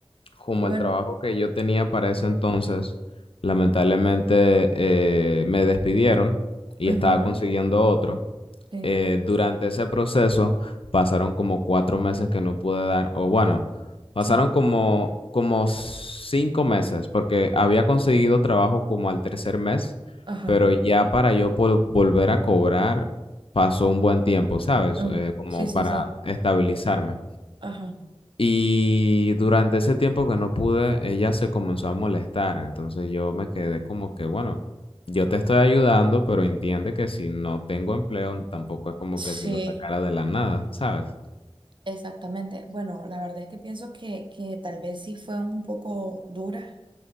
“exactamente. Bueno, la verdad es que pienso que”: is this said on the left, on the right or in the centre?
Right